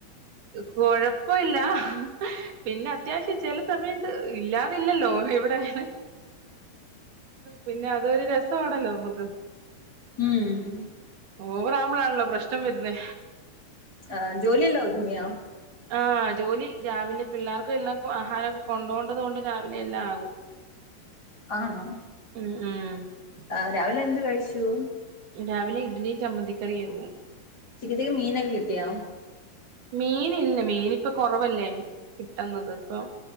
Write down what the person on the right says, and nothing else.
കൊഴപ്പ ഇല്ല പിന്നെ അത്യാവശ്യം ചില സമയത്ത് ഇല്ലാതില്ലല്ലോ ഇവിടെ അ പിന്നെ അതൊരു രസമാണല്ലോ നമുക്ക്
ഓവറാവുമ്പോളാണല്ലോ പ്രശ്നം വരുന്നേ
ആഹ് ജോലി രാവിലെ പിള്ളാർക്കെല്ലാം ആഹാരമൊക്കെ കൊണ്ട് പോണ്ടത് കൊണ്ട് രാവിലെ എല്ലാം ആകും
ഉം ഉം
രാവിലെ ഇഡലിയും ചമ്മന്തിക്കറിയായിരുന്നു
മീൻ ഇല്ല മീൻ ഇപ്പൊ കൊറവല്ലേ കിട്ടുന്നത് ഇപ്പം